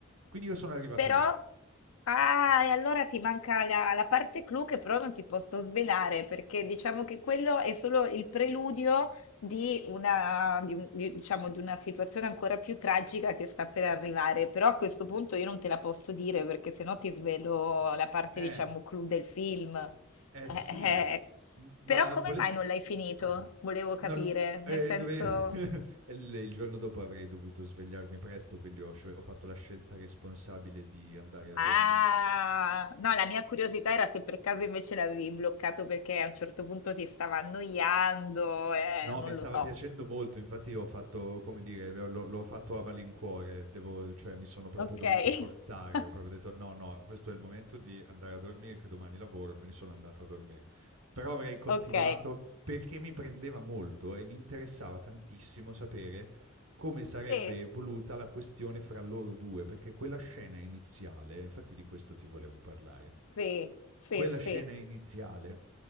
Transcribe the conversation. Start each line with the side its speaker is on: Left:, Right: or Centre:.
Right: Quindi io sono arrivato
Left: Però,
Right: lì.
Left: ah, e allora ti manca la, la parte clou che però non ti posso svelare, perché diciamo che quello è solo il preludio di una, di un- di- diciamo, di una situazione ancora più tragica che sta per arrivare. Però a questo punto io non te la posso dire, perché sennò ti svelo la parte,
Right: Eh,
Left: diciamo, clou del film. Eh,
Right: eh sì,
Left: eh. eh.
Right: m- ma
Left: Però come
Right: vole...
Left: mai non l'hai finito?
Right: <clears throat>
Left: Volevo capire,
Right: non- eh,
Left: nel senso...
Right: dove... <laughs> il il giorno dopo avrei dovuto svegliarmi presto, quindi ho, scel- ho fatto la scelta responsabile di andare a dormire
Left: Ah, no, la mia curiosità era se per caso invece l'avevi bloccato perché a un certo punto ti stava annoiando, eh,
Right: No,
Left: non
Right: mi stava
Left: lo so.
Right: piacendo molto, infatti ho fatto, come dire, l'ho l'ho fatto a malincuore, devo cioè mi sono proprio
Left: Ok,
Right: dovuto forzare,
Left: <laughs>
Right: ho proprio detto: "No, no, questo è il momento di andare a dormire che domani lavoro", quindi sono andato a dormire. Però avrei continuato
Left: ok,
Right: perché mi prendeva molto e mi interessava tantissimo sapere come sarebbe
Left: sì,
Right: evoluta la questione fra loro 2, perché quella scena iniziale infatti di questo ti volevo parlare.
Left: sì, sì,
Right: Quella
Left: sì,
Right: scena iniziale